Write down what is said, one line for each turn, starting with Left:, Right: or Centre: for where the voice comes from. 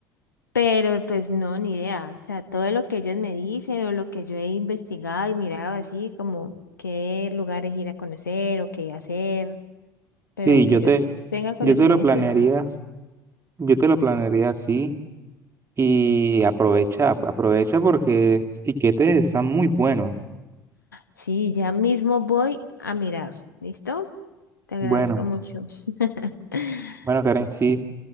Left: pero pues no, ni idea. O sea, todo lo que ellas me dicen o lo que yo he investigado y mirado así, como qué lugares ir a conocer o qué hacer, pero
Right: Sí,
Left: de que
Right: yo
Left: yo
Right: te,
Left: tenga conocimiento,
Right: yo te lo planearía,
Left: nada.
Right: yo te lo planearía así. Y aprovecha, ap- aprovecha porque estos tiquetes están muy buenos.
Left: Sí, ya mismo voy a mirar. ¿Listo? Te agradezco
Right: Bueno,
Left: mucho. <laughs>
Right: bueno, Karen, sí,